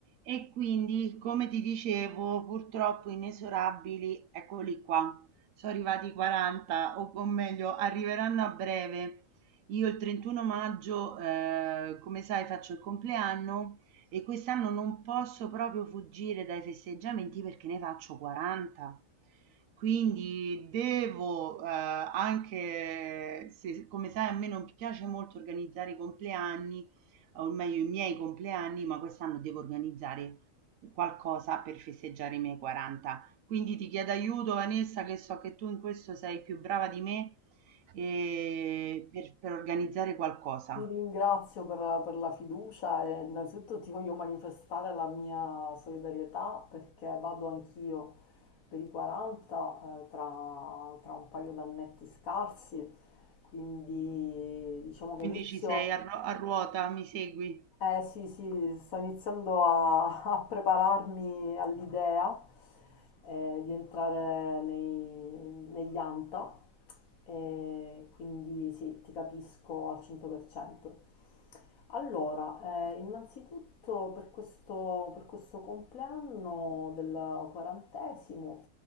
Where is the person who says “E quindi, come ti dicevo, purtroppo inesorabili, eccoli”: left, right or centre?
Right